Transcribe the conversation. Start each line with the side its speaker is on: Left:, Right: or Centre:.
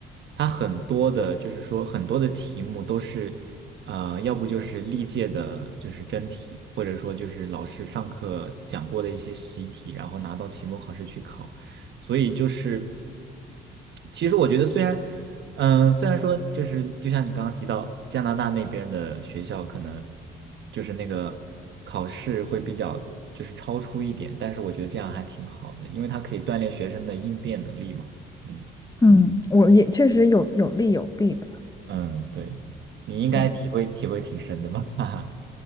Right: 它很多的，就是说很多的题目都是，呃，要不就是历届的，就是真题，或者说就是老师上课讲过的一些习题，然后拿到期末考试去考。所以就是，其实我觉得虽然，嗯、虽然说就是就像你刚刚提到加拿大那边的学校可能就是那个考试会比较就是超出一点，但是我觉得这样还挺好的，因为它可以锻炼学生的应变能力嘛。嗯
Left: 嗯，我也确实有有利有弊吧。
Right: 嗯，对，你应该体会体会挺深的吧？
Left: 对，
Right: <laughs> 哈哈。